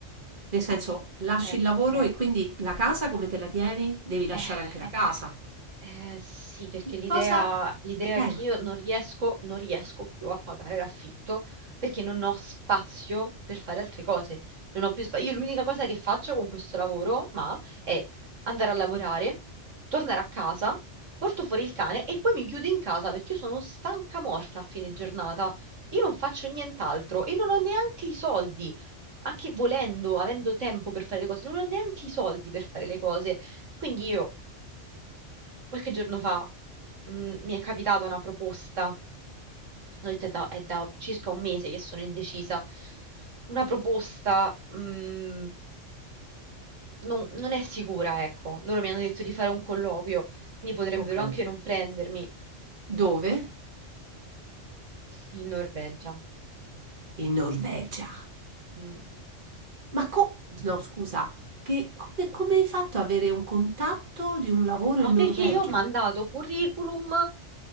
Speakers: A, on the right; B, on the right.
A: Nel senso, lasci
B: ecco.
A: il lavoro e quindi la casa come te la tieni? Devi lasciare
B: Eh.
A: anche la casa.
B: Eh, sì, perché
A: Che
B: l'idea
A: cosa?
B: l'idea
A: Eh,
B: è che io non riesco, non riesco più a pagare l'affitto perché non ho spazio per fare altre cose. Non ho più spazio. Io l'unica cosa che faccio con questo lavoro, ma, è andare a lavorare, tornare a casa, porto fuori il cane e poi mi chiudo in casa perché io sono stanca morta a fine giornata. Io non faccio nient'altro e non ho neanche i soldi. Anche volendo, avendo tempo per fare le cose, non ho neanche i soldi per fare le cose. Quindi io qualche giorno fa mh, mi è capitata una proposta, ho detto è da, è da circa un mese che sono indecisa, una proposta mh, non, non è sicura, ecco, loro mi hanno detto di fare un colloquio, quindi potrebbero
A: ok.
B: anche non prendermi
A: Dove?
B: in Norvegia.
A: In Norvegia.
B: Mm,
A: Ma co-
B: sì.
A: no, scusa, che- come, come hai fatto ad avere un contatto di un lavoro
B: Ma
A: in
B: perché
A: Norvegia?
B: io ho mandato curriculum